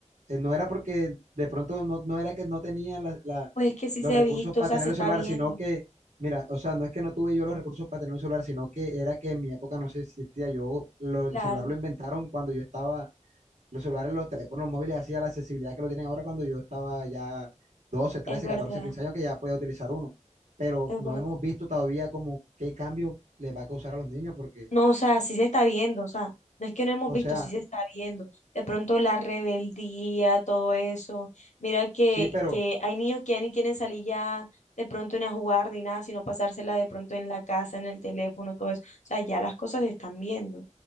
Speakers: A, on the right; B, on the left.
A: eh, no era porque de pronto no, no era que no tenía la- la-
B: pues es que sí
A: los
B: se
A: recursos
B: ha visto,
A: para
B: o sea,
A: tener
B: se
A: el
B: está
A: celular,
B: viendo.
A: sino que, mira, o sea, no es que no tuve yo los recursos para tener un celular, sino que era que en mi época no se existía. Yo, lo- el
B: Claro,
A: celular lo inventaron cuando yo estaba Los celulares, los teléfonos móviles, así a la accesibilidad que lo tienen ahora cuando yo estaba ya 12, trece,
B: es verdad,
A: 14, 15 años que ya puede utilizar uno. Pero
B: es
A: no
B: verdad.
A: hemos visto todavía como qué cambio le va a causar a los niños porque,
B: No, o sea, sí se está viendo, o sea, no es que no hemos
A: o
B: visto,
A: sea,
B: sí se está viendo. De pronto la rebeldía, todo eso. Mira que,
A: sí, pero,
B: que hay niños que ya ni quieren salir ya de pronto ni a jugar ni nada, sino pasársela de pronto en la casa, en el teléfono, todo eso. O sea, ya las cosas se están viendo.